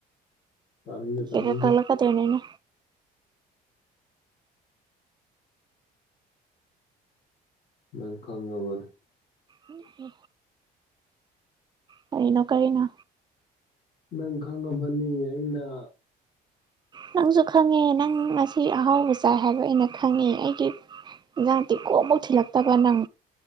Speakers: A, on the left; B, on the right.
A: ꯇꯥꯅꯤꯡꯗꯦ ꯇꯥꯅꯤꯡꯗꯦ
B: ꯊꯀꯦꯠ ꯀ ꯀꯛꯂꯛꯀꯗꯣꯏꯅꯦ ꯑꯩꯅꯥ
A: ꯅꯪ ꯈꯪꯉꯥꯕꯅꯦ
B: ꯎ ꯀꯔꯤꯅꯣ ꯀꯔꯤꯅꯣ
A: ꯅꯪ ꯈꯪꯉꯕꯅꯤ ꯑꯩꯅ
B: ꯅꯪꯁꯨ ꯈꯪꯉꯦ ꯅꯪ ꯉꯁꯤ ꯑꯍꯥꯎꯕ ꯆꯥꯏ ꯍꯥꯏꯕ ꯑꯩꯅ ꯈꯪꯉꯦ ꯑꯩ ꯑꯦꯟꯖꯡ ꯇꯤꯡꯀꯣꯠ ꯑꯝꯐꯧ ꯊꯤꯜꯂꯛꯇꯕ ꯅꯪ